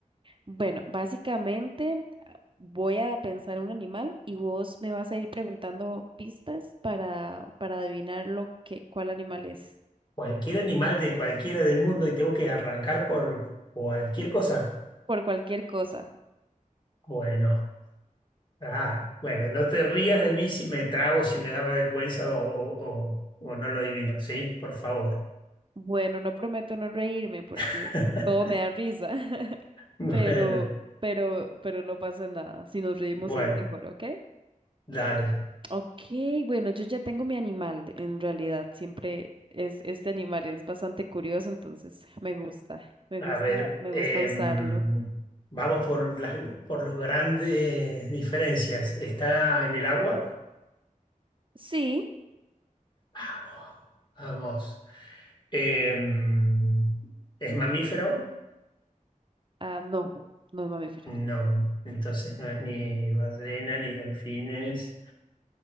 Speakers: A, on the right (about 35°); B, on the left (about 35°).
A: Bueno, básicamente ah, voy a pensar un animal y vos me vas a ir preguntando pistas para, para adivinar lo que, cuál animal es,
B: Cualquier animal de cualquiera del mundo y tengo que arrancar por cualquier cosa.
A: por cualquier cosa.
B: Bueno, ah, bueno, no te rías de mí si me trabo, si me daba vergüenza o, o o- o no lo adivino, ¿sí? Por favor.
A: Bueno, no prometo no reírme porque
B: <laughs>
A: todo me da risa, <laughs>
B: Bueno,
A: pero, pero, pero no pasa nada. Si nos reímos
B: bueno,
A: es mejor, ¿ok?
B: dale.
A: Ok, bueno, yo ya tengo mi animal, de- en realidad, siempre es este animal, es bastante curioso, entonces me gusta, me
B: A
A: gusta,
B: ver,
A: me
B: em,
A: gusta usarlo.
B: vamos por las, por las grandes diferencias. ¿Está en el agua?
A: Sí.
B: Vamos, vamos. Em, ¿es mamífero?
A: Ah, no, no es mamífero.
B: No, entonces no es ni ballena ni delfines.